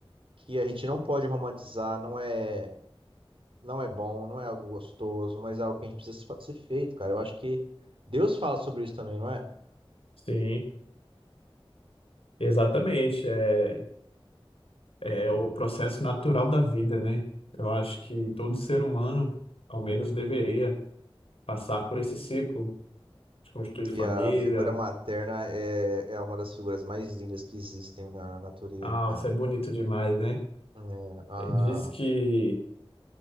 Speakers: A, on the right (about 65°); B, on the left (about 80°).
A: que a gente não pode romantizar, não é, não é bom, não é algo gostoso, mas é algo que a gente precisa se fa- ser feito, cara. Eu acho que Deus fala sobre isso também, não é?
B: Sim, exatamente. É, é o processo natural da vida, né? Eu acho que todo ser humano, ao
A: Uhum.
B: menos, deveria passar por esse ciclo. de construir família.
A: E a figura materna é, é uma das figuras mais lindas que existem na natureza,
B: Ah,
A: cara.
B: isso é bonito demais, né?
A: É, a-
B: Diz que